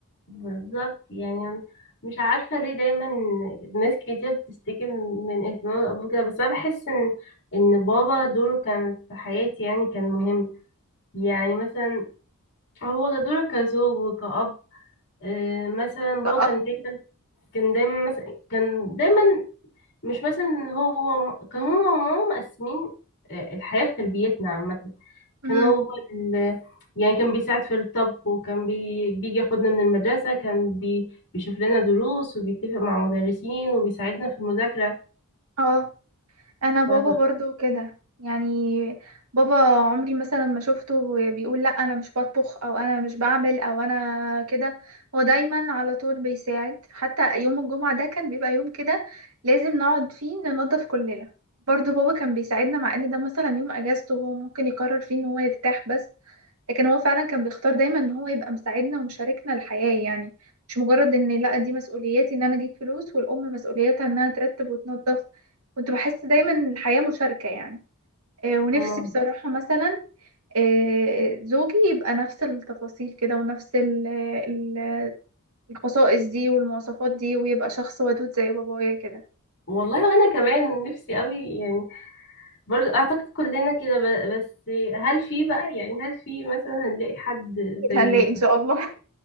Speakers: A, on the left; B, on the right.
A: بالظبط يعني مش عارفه ليه دايما ناس كتير بتشتكي من اهتمام الاب كده بس انا بحس ان ان بابا دوره كان في حياتي يعني كان مهم يعني مثلا هو دوره كزوج وكأب آه، مثلا بابا
B: كأب.
A: كان دايما كان دايما مثلا كان دايما مش مثلا هو وم- كان هو وماما مقسمين آه، الحياة في تربيتنا عامة
B: مم.
A: كان هو ال... يعني كان بيساعد في الطبخ وكان بي... بيجي ياخدنا من المدرسة كان بي... بيشوف لنا دروس وبيتفق مع مدرسين وبيساعدنا في المذاكرة
B: اه انا بابا
A: ف...
B: برضو كده يعني بابا عمري مثلا ما شفته بيقول لا انا مش بطبخ او انا مش بعمل او انا كده هو دايما على طول بيساعد حتى يوم الجمعة ده كان بيبقى يوم كده لازم نقعد فيه ننظف كلنا برضو بابا كان بيساعدنا مع ان ده مثلا يوم اجازته هو ممكن يقرر فيه ان هو يرتاح بس لكن هو فعلا كان بيختار دايما ان هو يبقى مساعدنا ومشاركنا الحياة يعني مش مجرد ان لا دي مسؤوليتي ان انا اجيب فلوس والام مسؤوليتها انها ترتب وتنظف كنت بحس دايما ان الحياة مشاركة يعني آه، ونفسي
A: م-
B: بصراحة مثلا آه، زوجي يبقى نفس التفاصيل كده ونفس ال- ال- الخصائص دي والمواصفات دي ويبقى شخص ودود زي بابايا كده
A: والله وانا كمان نفسي قوي يعني برضه اعتقد كلنا كده ب... بس هل في بقى يعني هل في مثلا هنلاقي حد
B: أكيد
A: زي
B: هنلاقي ان شاء الله